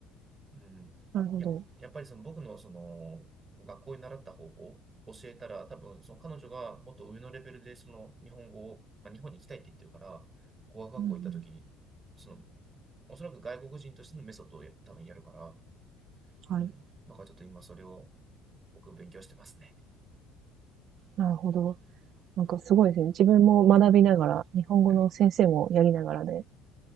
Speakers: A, on the right (about 20°); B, on the right (about 50°).
A: うん。
B: なるほど。
A: や、やっぱりその僕のその学校に習った方法を教えたら、多分その彼女がもっと上のレベルでその日本語を、まあ、日本に行きたいって言ってるから、語学学校行った時に、
B: うん、うん、
A: その、おそらく外国人としてのメソッドをや多分やるから、
B: はい。
A: うん。だからちょっと今それを僕勉強してますね。
B: なるほど。なんかすごいですね。自分も学びながら、日本語の先生もやりながらで、
A: はい。